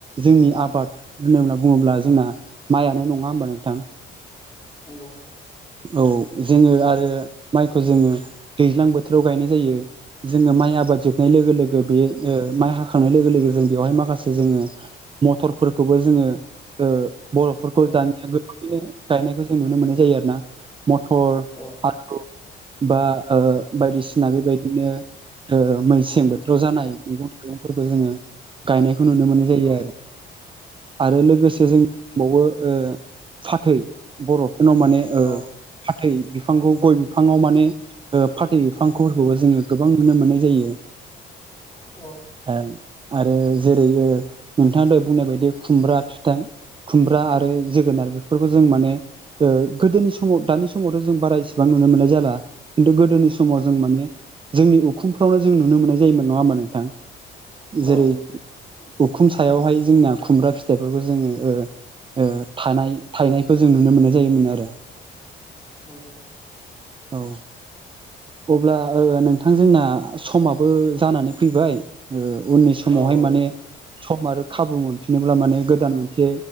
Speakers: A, on the right; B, on the left.
A: जोंनि आबाद। होनोब्ला बुङोब्ला जोंना माइआनो नङा ओमबा नोंथां?
B: नंगौ
A: औ जोङो आरो माइखौ जोङो दैज्लां बोथोराव गायनाय जायो। जोङो माइ आबाद जोबनाय लोगो लोगो बे ओ माइ हाखांनाय लोगो लोगो जों बेवहाय माखासे जोङो मटरफोरखौबो जोङो ओ बर'फोरखौ
B: खोना
A: दानिया गो नाङैनो गायनायखौ जों नुनो मोननाय जायो आरोना मथर
B: औ
A: आलु बा ओ बायदिसिना बेबायदिनो ओ मैसें बोथोराव जानाय मैगं थाइगंफोरखौ जोङो गायनायखौ नुनो मोननाय जायो
B: औ
A: आरो। आरो लोगोसे
B: नंगौ
A: जोंनाव दोंबावो ओ फाथै बर'फोरनाव माने ओ
B: औ
A: फाथै बिफांखौ गय बिफाङाव माने ओ फाथै बिफांफोरखौबो जोङो गोबां नुनो मोननाय जायो।
B: औ
A: ओ आरो जेरै ओ नोंथाङा दहय बुंनाय बायदि खुमब्रा फिथाइ खुमब्रा आरो जोगोनार बेफोरखौ जों माने ओ गोदोनि समाव दानि समावथ' जों बारा इसेबां नुनो मोननाय जाला। खिन्थु गोदोनि समाव जों माने जोंनि उखुमफ्रावनो जों नुनो मोननाय जायोमोन नङा ओमबा नोंथां? जेरै
B: औ
A: उखुम सायावहाय जोंना खुमब्रा फिथाइफोरखौ जोङो ओ ओ थानाय थाइनायखौ जों नुनो मोननाय जायोमोन आरो।
B: नंगौ
A: औ अब्ला ओ नोंथां जोंना समाबो जानानै फैबाय। ओ उननि समावहाय
B: औ औ
A: माने
B: नोंथां
A: सम आरो खाबु मोनफिनोब्ला माने गोदान मोनसे